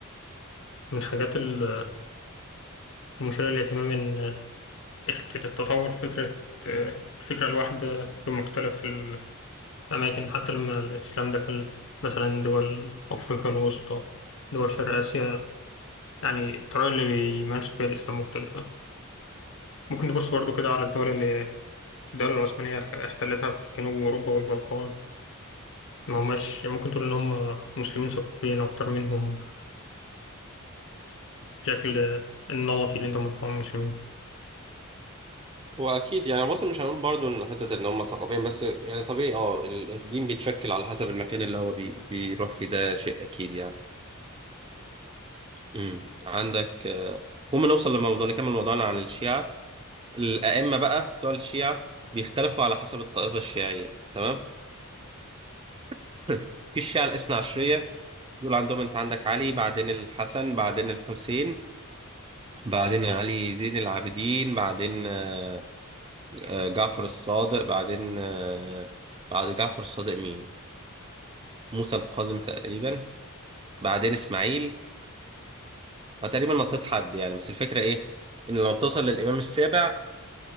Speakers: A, on the left; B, on the right.
A: من حاجات ال- المثيرة للاهتمام إن آه، اخت- تطور فكرة آه، الفكرة الواحدة بمختلف الأماكن حتى لما الإسلام دخل مثلا دول أفريقيا الوسطى دول شرق آسيا يعني الطريقة اللي بيمارسوا بيها الإسلام مختلفة ممكن تبص برضو كده على الدول اللي الدولة العثمانية احتلتها في جنوب أوروبا والبلقان ما هماش ممكن تقول إن هم مسلمين ثقافيين أكتر منهم بشكل النمطي اللي انت متقمص منه
B: واكيد يعني بص مش هنقول برضو ان حته ان هم ثقافيا بس يعني طبيعي اه ال- الدين بيتشكل على حسب المكان اللي هو بي بيروح فيه ده شيء اكيد يعني امم عندك آه، المهم نوصل لموضوع نكمل موضوعنا عن الشيعه الائمه بقى بتوع الشيعه بيختلفوا على حسب الطائفه الشيعيه تمام <laughs> في الشيعه الاثنا عشريه دول عندهم انت عندك علي بعدين الحسن بعدين الحسين بعدين علي زين العابدين بعدين آه، آه، جعفر الصادق بعدين آه، بعد جعفر الصادق مين موسى القاسم تقريبا بعدين اسماعيل انا تقريبا نطيت حد يعني بس الفكره ايه ان لما بتوصل للامام السابع